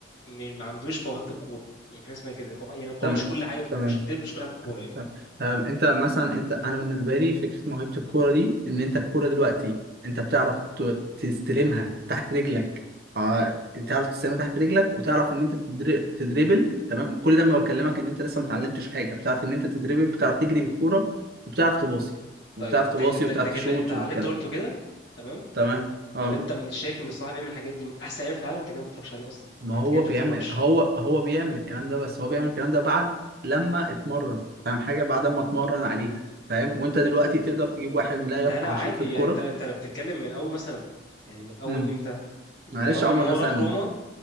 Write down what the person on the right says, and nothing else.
تمام
تمام
طب طب انت مثلا انت انا بالنسبه لي فكره موهبه الكوره دي ان انت الكوره دلوقتي انت بتعرف ت- تستلمها تحت رجلك اه تعرف تستلمها تحت رجلك وتعرف ان انت تدر- تدريبل تمام كل ده ما بكلمك ان انت لسه ما اتعلمتش حاجه بتعرف ان انت تدريبل بتعرف تجري بالكوره وبتعرف تباصي
وبتعرف
تباصي
وبتعرف
تشوت
وبتكلم
تمام اه
ما
هو
بيعمل هو هو بيعمل الكلام ده بس هو بيعمل الكلام ده بعد لما اتمرن فاهم حاجة بعد ما اتمرن عليها فاهم وانت دلوقتي تقدر تجيب واحد لا
يفقه
شيء في الكورة
امم
معلش
يا عمر
مثلا